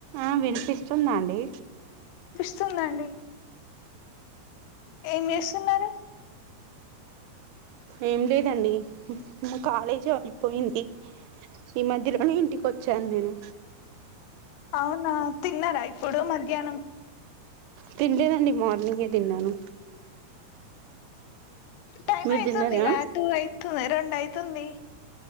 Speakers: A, on the right (about 80°); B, on the left (about 80°).
A: ఆ వినిపిస్తుందాండి
B: వస్తుందండి ఏం చేస్తున్నారు
A: ఏం లేదండి కాలేజీ అయిపోయింది ఈ మధ్యలోనే ఇంటికి వచ్చాను నేను
B: అవునా తిన్నారా ఇప్పుడు మధ్యాహ్నం
A: తినలేదండి మార్నింగ్ ఏ తిన్నాను
B: టైమ్
A: మీరు
B: అయితుందిగా
A: తిన్నారా
B: టూ అయితుంది రెండ్ అయితుంది